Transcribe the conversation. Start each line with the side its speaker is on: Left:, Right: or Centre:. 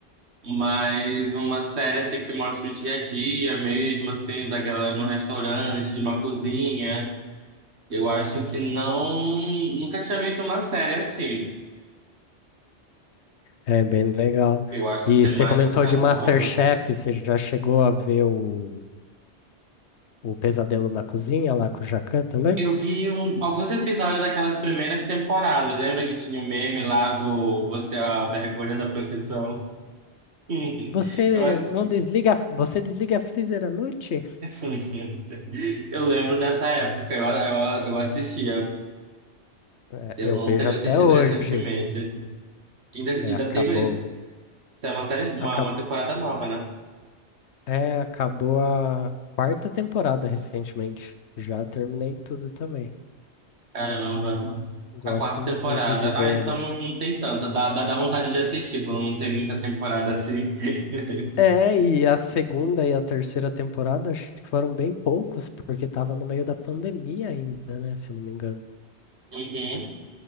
Right: Mas uma série assim que mostra o dia a dia mesmo, assim, da galera no restaurante, de uma cozinha. Eu acho que não. Nunca tinha visto uma série assim.
Left: É bem legal.
Right: Eu acho
Left: E
Right: a temática
Left: você comentou de MasterChef,
Right: nova.
Left: você já chegou a ver o, o Pesadelo na Cozinha lá com o Jacan também?
Right: Eu vi um- alguns episódios daquelas primeiras temporadas. Lembra que tinha o meme lá do Você é a vergonha da profissão? <laughs>
Left: Você
Right: Eu, ass-
Left: não desliga, você desliga a freezer à noite?
Right: <laughs> eu lembro dessa época, eu, eu, eu assistia.
Left: É,
Right: Eu
Left: eu
Right: não
Left: vejo
Right: teria
Left: até
Right: assistido
Left: hoje.
Right: recentemente. Ainda, ainda
Left: É, acabou,
Right: teve. Isso é uma série, uma,
Left: acabou,
Right: uma temporada nova, né?
Left: é, acabou a quarta temporada recentemente. Já terminei tudo também.
Right: Caramba.
Left: Go- Gosto
Right: A quarta temporada.
Left: muito de ver
Right: Ah, então não, não tem tanta. Dá, dá, dá vontade de assistir quando não tem muita temporada assim. <laughs>
Left: É, e a segunda e a terceira temporada acho que foram bem poucos, porque tava no meio da pandemia ainda, né? Se eu não me engano.
Right: Uhum.